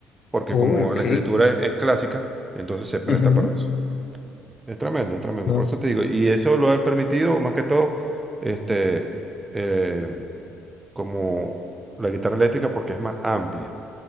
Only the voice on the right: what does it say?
porque
como
la escritura es, es clásica, entonces se presta
para eso. Es tremendo, es tremendo,
por eso te digo. Y eso lo ha permitido más que todo, este, eh, como la guitarra eléctrica, porque es más amplia